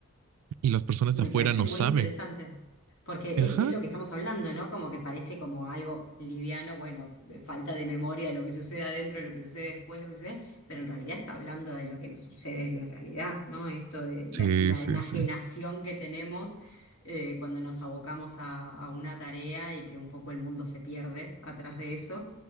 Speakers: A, on the right; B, on the left.
A: Y las personas
B: Me
A: de afuera
B: parece
A: no
B: muy
A: saben.
B: interesante, porque
A: Ajá,
B: es, es lo que estamos hablando, ¿no? Como que parece como algo liviano, bueno, de falta de memoria de lo que sucede adentro, lo que sucede después, lo que sucede, pero en realidad está hablando de lo que nos sucede en la realidad, ¿no? Esto de
A: Sí,
B: la, la
A: sí,
B: enajenación
A: sí.
B: que tenemos eh, cuando nos abocamos a, a una tarea y que un poco el mundo se pierde atrás de eso.